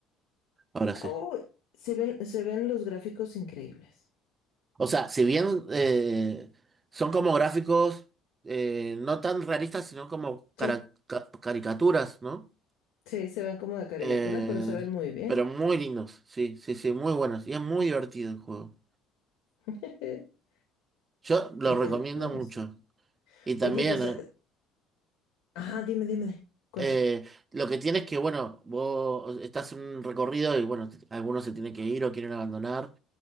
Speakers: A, on the right; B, on the left.
A: Ahora sí.
B: Oh, se ven, se ven los gráficos increíbles.
A: O sea, si bien eh, son como gráficos eh, no tan realistas, sino como cara-
B: Sí,
A: ca- caricaturas, ¿no?
B: sí, se ven como de caricatura,
A: Eh,
B: pero se ven muy bien.
A: pero muy lindos, sí, sí, sí, muy buenos. Y es muy divertido el juego.
B: <laughs>
A: Yo lo
B: Me,
A: recomiendo
B: gu- me gusta.
A: mucho. Y también,
B: Oye, pues,
A: eh,
B: eh, ajá, dime, dime, cuéntame.
A: Eh, lo que tienes que, bueno, vos estás en un recorrido y bueno, algunos se tienen que ir o quieren abandonar.